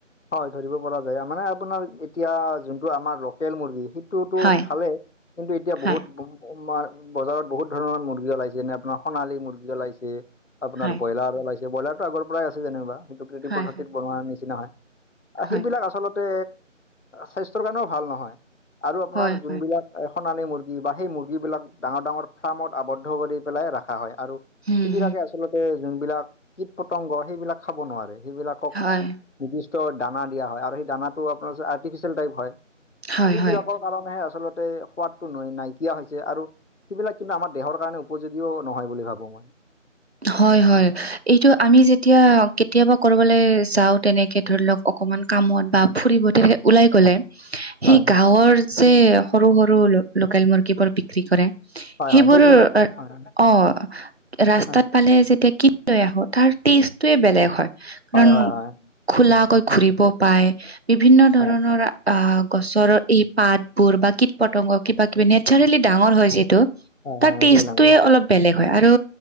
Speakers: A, on the left; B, on the right.
A: হয় ধৰিব পৰা যায় মানে আপোনাৰ এতিয়া যোনটো আমাৰ লোকেল মুৰ্গী তো
B: হয়
A: ভালেই কিন্তু এতিয়া
B: হয়
A: বহুত মাৰ বজাৰত বহুত ধৰণৰ মুৰ্গী ওলাইছে যেনে আপোনাৰ সোণালী মুৰ্গী ওলাইছে। আপোনাৰ
B: হয়
A: ব্ৰইাৰ ওলাইছে ব্ৰইলাৰটো আগৰ পৰাই আছে যেনেকুৱা সেইটো কৃতি
B: হয়
A: পদ্ধতিত
B: হয়
A: বনোৱাৰ নিচিনা হয়।
B: হয়,
A: সেইবিলাক আচলতে স্বাস্থ্যৰ কাৰণেও ভাল নহয়, আৰু আপোনাৰ
B: হয়,
A: যোনবিলাক
B: হয়।
A: সোনানি মুৰ্গী বা সেই মুৰ্গী বিলাক ডাঙৰ - ডাঙৰ ফাৰ্মত আৱদ্ধ কৰি পেলাই ৰখা হয় আৰু
B: হুম,
A: সেইবিলাকে
B: হুম।
A: আচলতে যোনবিলাক কীট পতংগ সেইবিলাক খাব নোৱাৰে সেইবিলাক
B: হয়,
A: নিৰ্দিষ্ট দানা দিয়া হয় আৰু সেই দানাটো আপোনাৰ আৰ্টিফিচিয়েল টাইপ হয়,
B: হয়,
A: সেইবিলাকক
B: হয়।
A: কাৰণেহে আচলতে সোৱাদটো ন নাইকিয়া হৈছে আৰু সেইবিলাক কিন্তু আমাৰ দেহৰ কাৰণে উপযোগীও নহয় বুলি ভাবো মই।
B: হয়-হয়
A: হয়
B: এইটো আমি যেতিয়া কেতিয়াবা কৰিববলৈ যাও তেনেকে ধৰি লওক অকমান কামত বা ফুৰিব তেনেকে ওলাই গ'লে। সেই
A: হয়
B: গাঁৱৰ যে সৰু-সৰু ল লোকেল মুৰ্গী বোৰ বিকি কৰে
A: হয়
B: সেইবোৰ
A: হয় সেইবিলাক হয়
B: অ, ৰা
A: হয়
B: এফালে যেতিয়া কিনি লৈ আহো তাৰ টেষ্টয়ে বেলেগ হয় কাৰণ
A: হয় হয় হয়
B: খোলাকৈ ঘুৰিব পায় বিভিন্ন ধৰণৰ
A: হয়
B: আহ গছৰৰ এই পাতবোৰ বা কীট পতংগ কিবা কিবি নেচাৰেলি ডাঙৰ হয় যিহেতু
A: হয়
B: তাৰ
A: হয় নিশ্চয়
B: টেষ্টটয়ে
A: ডাঙৰ
B: অলপ বেলেগ হয় আৰু